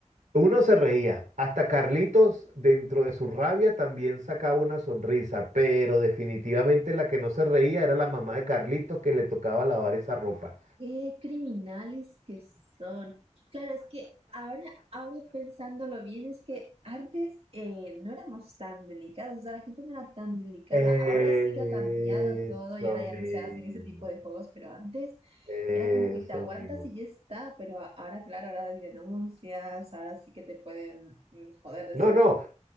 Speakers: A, on the right; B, on the right.
A: Uno se reía, hasta Carlitos dentro de su rabia también sacaba una sonrisa, pero definitivamente la que no se reía era la mamá de Carlitos que le tocaba lavar esa ropa.
B: Qué criminales que son. Claro, es que ahora, ahora pensándolo bien, es que antes eh, no éramos tan delicados, o sea, la gente no era tan delicada.
A: Eso
B: Ahora sí que ha cambiado todo y ahora ya
A: mismo,
B: no se hacen ese tipo de juegos, pero antes
A: eso
B: era como que te aguantas
A: mismo.
B: y ya está, pero a- ahora, claro, ahora hay denuncias, ahora sí que te pueden mm, joder de
A: No,
B: cierto.
A: no,